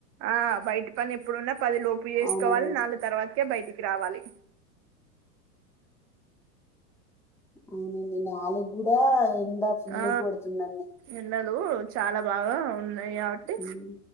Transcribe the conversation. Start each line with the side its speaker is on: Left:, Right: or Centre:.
Right: ఆ బయట్ పని ఎప్పుడున్నా పది లోపు చేసుకోవాలి
Centre: అవునండి
Right: నాలుగు తర్వాతకే బయటికి రావాలి
Centre: అవునండి నాలుగు కూడా ఎండ ఫుల్లు
Right: ఆ
Centre: కొడుతుందండి
Right: ఎండలు చాలా బాగా ఉ ఉన్నాయి కాబట్టి
Centre: ఉమ్.